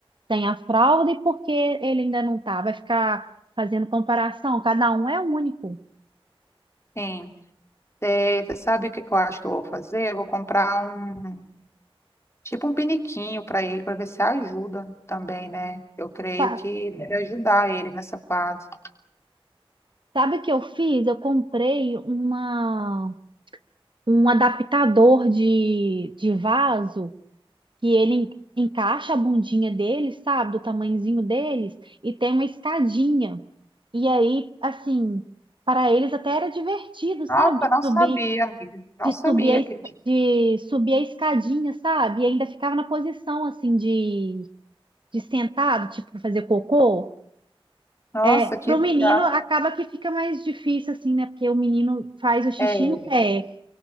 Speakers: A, on the right (about 55°); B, on the left (about 30°).
A: tem a fraude, porque ele ainda não tá. Vai ficar fazendo comparação, cada um é único.
B: sim. É, você sabe o que que eu acho que eu vou fazer? Eu vou comprar um, tipo um piniquinho para ele, para ver se ajuda também, né? Eu creio
A: Sa-
B: que deve ajudar ele nessa fase.
A: Sabe o que eu fiz? Eu comprei uma, um adaptador de, de vaso que ele en- encaixa a bundinha dele, sabe? Do tamanhozinho deles, e tem uma escadinha. E aí, assim, para eles até era divertido, sabe?
B: Nossa,
A: De
B: não
A: subir,
B: sabia, amiga. Não
A: de
B: sabia
A: subir a, es-
B: que tinha.
A: de subir a escadinha, sabe? E ainda ficava na posição assim de de sentado, tipo, pra fazer cocô,
B: Nossa,
A: é,
B: que
A: pro
B: legal.
A: menino acaba que fica mais difícil, assim, né? Porque o menino faz o xixi
B: É,
A: em pé,